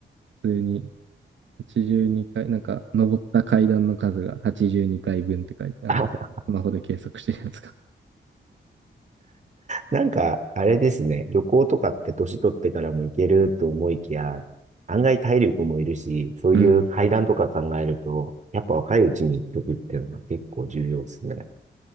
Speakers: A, on the right; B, on the right.
A: 普通に82回、なんか、登った階段の数が82回分って書いて、あの、
B: <laughs> あ、
A: スマホで計測してるやつが。
B: なんか、あれですね。旅行とかって年取ってからも行けると思いきや、案外体力もいるし、そういう階段とか考えると、
A: うん。
B: やっぱ若いうちに行っとくっていうのが結構重要ですね。